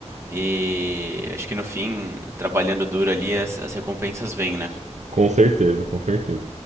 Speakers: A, on the right; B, on the right.
A: e acho que no fim, trabalhando duro ali, as, as recompensas vêm, né?
B: Com certeza, com certeza.